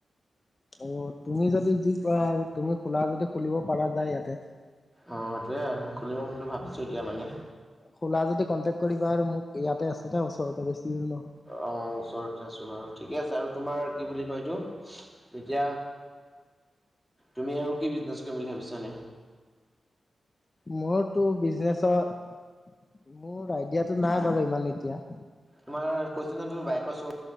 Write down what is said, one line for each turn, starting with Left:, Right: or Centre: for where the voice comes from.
Left: অ তুমি যদি যি কোৱা আৰু তুমি খোলা যদি খুলিব পাৰা যায় ইয়াতে
Centre: অ সেইটোৱে আৰু খুলিব বুলি ভাবিছো এতিয়া মানে
Left: খোলা যদি কণ্টেক্ট কৰিবা আৰু মোক ইয়াতে আছে না ওচৰতে বেছি নহয়
Centre: অ ওচৰতে আছো বাৰু ঠিকে আছে আৰু তোমাৰ কি বুলি কয় এইটো। এতিয়া তুমি আৰু কি বিজনেছ কৰিম বুলি ভাবিছা নে?
Left: মোৰতো বিজনেচত মোৰ আইডিয়াটো নাই বাৰু ইমান এতিয়া।
Centre: তোমাৰ কৈছোঁ ন তোৰ বাইক চুৰ।